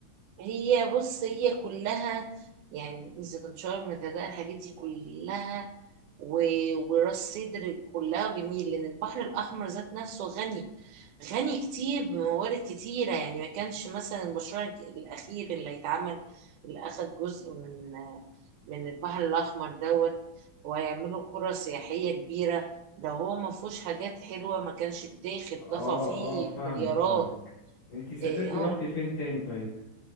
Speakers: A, on the right; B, on the left.
A: هي بص هي كلها يعني زيتونشار مزازة الحاجات دي كلها و... وراس سدر كلها جميل لان البحر الاحمر ذات نفسه غني غني كتير بموارد كتيره يعني ما كانش مثلا المشروع الاخير اللي هيتعمل اللي اخد جزء من من البحر الاحمر دوت وهيعملوا قرى سياحيه كبيره ده هو ما فيهوش حاجات حلوه ما كانش بتاخد
B: آه
A: ضفع فيه
B: آه فاهمك
A: مليارات
B: فاهمك أنتي سافرتي
A: إيه هو
B: روحتي فين تاني طيب